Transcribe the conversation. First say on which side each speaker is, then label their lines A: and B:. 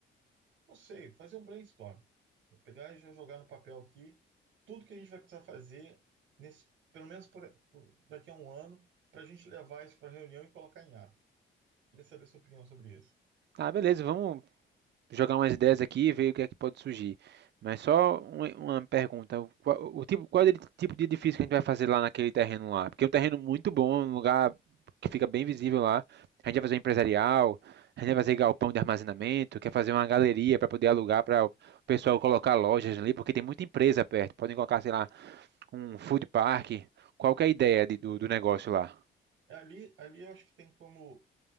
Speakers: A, on the right; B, on the right.
A: não sei, fazer um brainstorm. Vou pegar e já jogar no papel aqui tudo que a gente vai precisar fazer nesse, pelo menos por- por- daqui a um ano, para a gente levar isso para a reunião e colocar em ato. Queria saber sua opinião sobre isso.
B: Ah, beleza, vamos jogar umas ideias aqui e ver o que é que pode surgir. Mas só uma, uma pergunta: o, qual- o tipo, qual é o tipo de edifício que a gente vai fazer lá naquele terreno lá? Porque é um terreno muito bom, um lugar que fica bem visível lá. A gente vai fazer um empresarial, a gente vai fazer galpão de armazenamento, quer fazer uma galeria para poder alugar para o pessoal colocar lojas ali, porque tem muita empresa perto. Podem colocar, sei lá. Um food park. Qual que é a ideia de- do, do negócio lá?
A: É, Ali, ali eu acho que tem como